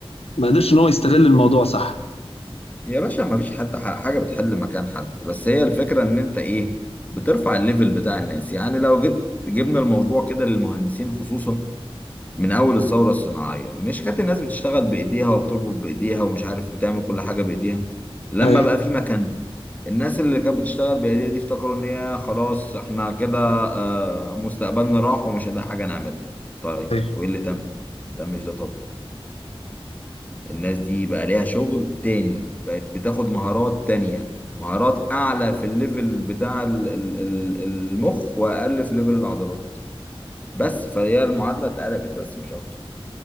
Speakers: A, on the left; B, on the left.
A: ما قدرش ان هو يستغل الموضوع صح
B: يا باشا ما فيش حد ح- حاجة بتحل مكان حد بس هي الفكرة ان انت ايه بترفع الليفل بتاع الناس يعني لو جيت جبنا الموضوع كده للمهندسين خصوصا من اول الثورة الصناعية مش كانت الناس بتشتغل بايديها وبتربط بايديها ومش عارف بتعمل كل حاجة بايديها لما
A: ايوه
B: بقى في مكان الناس اللي كانت بتشتغل بايديها دي افتكروا ان هي خلاص احنا كده آه، مستقبلنا راح ومش هنلاقي حاجة نعملها طيب
A: ايوه
B: وايه اللي تم؟ ما تمش ده طبعا الناس دي بقى ليها شغل تاني بقت بتاخد مهارات تانية مهارات أعلى في الليفل بتاع ال- ال- ال- المخ وأقل في ليفل العضلات بس فهي المعادلة اتقلبت بس مش أكتر